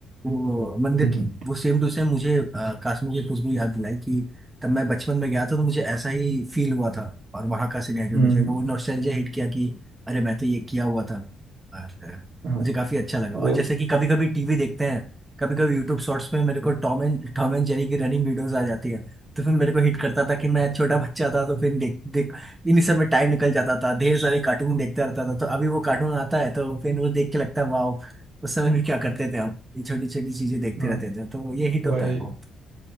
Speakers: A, on the right (about 20°); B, on the right (about 75°).
A: वो मंदिर
B: हम्म
A: की वो सेम टू सेम मुझे अ, कश्मीर की खुशबू याद दिलाई कि तब मैं बचपन में गया था तो मुझे ऐसा ही फील हुआ था और वहाँ का सिनेरियो
B: हम्म
A: मुझे
B: हम्म, हम्म,
A: वो नॉस्टैल्जिया हिट किया कि अरे मैं तो ये किया हुआ था और अ,
B: हाँ
A: मुझे काफ़ी अच्छा लगा
B: वो
A: और जैसे कि कभी कभी टीवी देखते हैं कभी कभी यूट्यूब शॉर्ट्स में मेरे को टॉम एंड टॉम एंड जेरी की रनिंग वीडियोस आ जाती है तो फिर मेरे को हिट करता था कि मैं छोटा बच्चा था तो फिर देख देख इन्हीं सब में टाइम निकल जाता था ढेर सारे कार्टून देखता रहता था तो अभी वो कार्टून आता है तो फिर वो देख के लगता है वाओ उस समय भी क्या करते थे हम ये छोटी छोटी चीजें देखते
B: हाँ
A: रहते थे तो ये हिट
B: वही
A: होता है बहुत